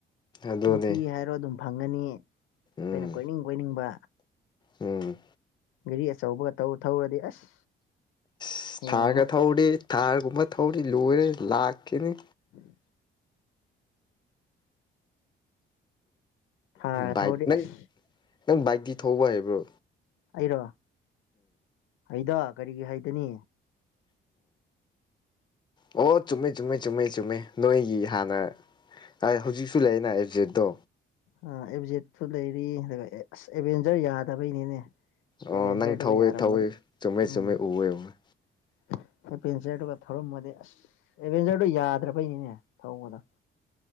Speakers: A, on the left; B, on the left.
A: ꯑꯗꯨꯅꯦ
B: ꯅꯨꯄꯤ ꯍꯥꯏꯔꯣ ꯑꯗꯨꯝ ꯐꯪꯒꯅꯤ
A: ꯎꯝ
B: ꯑꯩꯈꯣꯏꯅ ꯀꯣꯏꯅꯤꯡ ꯀꯣꯏꯅꯤꯡꯕ
A: ꯎꯝ
B: ꯒꯥꯔꯤ ꯑꯆꯧꯕꯒꯧ ꯊꯧꯔꯗꯤ ꯑꯁ
A: ꯑꯁ
B: ꯍꯦꯟꯅ
A: ꯊꯥꯔꯒ
B: ꯑꯃꯨꯛ
A: ꯊꯧꯔꯤ ꯊꯥꯔꯒꯨꯝꯕ ꯊꯧꯔꯤ ꯂꯣꯏꯔꯦ ꯂꯥꯛꯀꯅꯤ
B: ꯎꯝ ꯊꯥꯔꯒ
A: ꯕꯥꯏꯛ
B: ꯊꯧꯔꯗꯤ
A: ꯅꯪ
B: ꯑꯁ
A: ꯅꯪ ꯕꯥꯏꯛꯛꯇꯤ ꯊꯧꯕ ꯍꯥꯏꯕ꯭ꯔꯣ
B: ꯑꯩꯔꯣ ꯑꯩꯗ ꯀꯔꯤꯒꯤ ꯍꯥꯏꯗꯅꯤ
A: ꯑꯣ ꯑꯣ ꯆꯨꯝꯃꯦ ꯆꯨꯝꯃꯦ ꯆꯨꯝꯃꯦ ꯆꯨꯝꯃꯦ ꯅꯣꯏꯒꯤ ꯍꯥꯟꯅ ꯑꯩ ꯍꯧꯖꯤꯛꯁꯨ ꯂꯩꯅ ꯑꯦꯕꯖꯦꯠꯇꯣ
B: ꯑ ꯑꯦꯕꯖꯦꯠꯇꯠꯇꯨ ꯂꯩꯔꯤ ꯑꯗꯨꯒ ꯑꯁ ꯑꯦꯚꯦꯟꯖꯔ ꯌꯥꯗꯕꯩꯅꯦꯅꯦ <unintelligible>
A: ꯑꯣ
B: ꯑꯦꯚꯦꯟꯆꯔꯗꯨꯒ
A: ꯅꯪ ꯊꯧꯋꯦ ꯊꯧꯋꯦ ꯆꯨꯝꯃꯦ ꯆꯨꯝꯃꯦ ꯎꯋꯦ ꯎꯋꯦ
B: ꯊꯧꯔꯝꯃꯗꯤ ꯑꯁ ꯑꯦꯗꯚꯦꯟꯆꯔꯗꯨ ꯌꯥꯗ꯭ꯔꯕꯩꯅꯤꯅꯦ ꯊꯧꯕꯗ